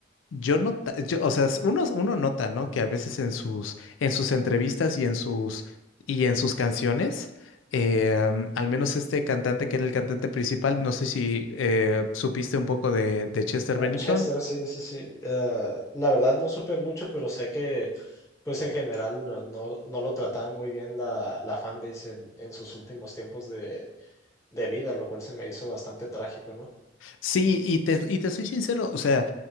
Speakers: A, on the left; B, on the left.
A: yo nota, yo, o sea, s- uno, uno nota, ¿no? Que a veces en sus, en sus entrevistas y en sus, y en sus canciones, eh, mm, al menos este cantante que era el cantante principal, no sé si eh, supiste un poco de, de Chester Bennington.
B: Chester, sí, sí, sí. Eh, la verdad no supe mucho, pero sé que pues en general eh, no, no lo trataba muy bien la, la fanbase en, en sus últimos tiempos de, de vida, lo cual se me hizo bastante trágico, ¿no?
A: Sí, y te, y te soy sincero, o sea,